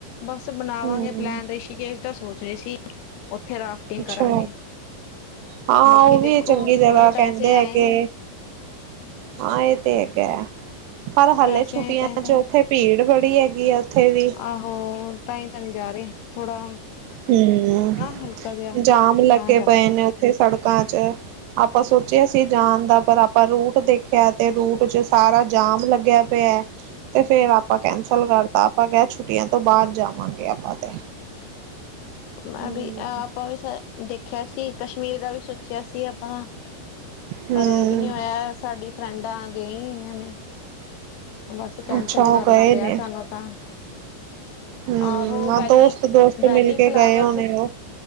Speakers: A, on the left (about 80°); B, on the right (about 85°).
A: ਬਸ ਬਣਾਵਾਂਗੇ
B: ਹੂੰ
A: ਪਲੈਨ, ਰਿਸ਼ੀਕੇਸ਼ ਦਾ ਸੋਚ ਰਹੇ ਸੀ। ਉੱਥੇ ਰਾਫਟਿੰਗ
B: ਅੱਛਾ
A: ਕਰਾਂਗੇ,
B: ਹਾਂ
A: ਬਾਕੀ
B: ਉਹ ਵੀ
A: ਦੇਖੋ,
B: ਚੰਗੀ ਜਗ੍ਹਾ
A: ਥੋੜ੍ਹੇ ਪੈਸੇ
B: ਕਹਿੰਦੇ
A: ਆਏ।
B: ਹੈਗੇ ਹਾਂ ਇਹ ਤੇ ਹੈਗਾ ਐ, ਪਰ ਹਾਲੇ
A: ਪੈਸੇ
B: ਛੁੱਟੀਆਂ
A: ਆਏ ਤਾਂ ਤਾਂ
B: ਚ ਉੱਥੇ ਭੀੜ ਬੜੀ ਹੈਗੀ ਆ। ਉੱਥੇ ਵੀ
A: ਆਹੋ ਤਾਂਹੀ ਤਾਂ ਨਹੀਂ ਜਾ ਰਹੇ, ਥੋੜਾ
B: ਹੂੰ,
A: ਨਾ ਹਲਕਾ ਜਿਹਾ
B: ਜਾਮ ਲੱਗੇ
A: ਤਾਂ ਜਾਵਾਂ
B: ਪਏ ਨੇ ਉੱਥੇ ਸੜਕਾਂ ਚ। ਆਪਾਂ ਸੋਚਿਆ ਸੀ ਜਾਣ ਦਾ, ਪਰ ਆਪਾਂ ਰੂਟ ਦੇਖਿਆ, ਤੇ ਰੂਟ ਚ ਸਾਰਾ ਜਾਮ ਲੱਗਿਆ ਪਿਆ। ਤੇ ਫੇਰ ਆਪਾਂ ਕੈਂਸਲ ਕਰਤਾ, ਆਪਾਂ ਕਿਹਾ ਛੁੱਟੀਆਂ ਤੋਂ ਬਾਅਦ ਜਾਵਾਂਗੇ ਆਪਾਂ ਤੇ। ਹੂੰ
A: ਮੈਂ ਵੀ ਆਪਾਂ ਵੀ ਦੇਖਿਆ ਸੀ, ਕਸ਼ਮੀਰ ਦਾ ਵੀ ਸੋਚਿਆ ਸੀ ਆਪਾਂ।
B: ਹੂੰ
A: ਪਰ ਉਹ ਵੀ ਨੀ ਹੋਇਆ, ਸਾਡੀ ਫਰੈਂਡਾਂ ਆ ਗਗਈ ਨੇ। ਬਸ ਕੈਂਸਲ
B: ਅੱਛਾ ਉਹ
A: ਹੀ ਕਰਨਾ
B: ਗਏ
A: ਪਿਆ
B: ਨੇ
A: ਸਾਨੂੰ ਤਾਂ।
B: ਹੂੰ
A: ਆਹੋ ਵੈਲੀ
B: ਆ ਦੋਸਤ ਦੋਸਤ
A: ਵੈਲੀ
B: ਮਿਲ ਕੇ
A: ਫਲਾਵਰਸ
B: ਗਏ ਹੋਣੇ ਉਹ